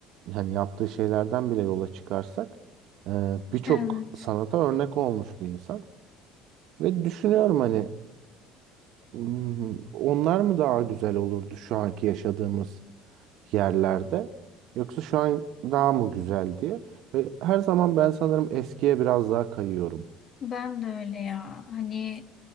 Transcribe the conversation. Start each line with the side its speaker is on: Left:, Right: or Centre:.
Right: hani yaptığı şeylerden bile yola çıkarsak e, birçok
Left: Evet.
Right: sanata örnek olmuş bir insan. Ve düşünüyorum hani hmm, onlar mı daha güzel olurdu şu anki yaşadığımız yerlerde yoksa şu an daha mı güzel diye. Ve her zaman ben sanırım eskiye biraz daha kayıyorum.
Left: Ben de öyle ya. Hani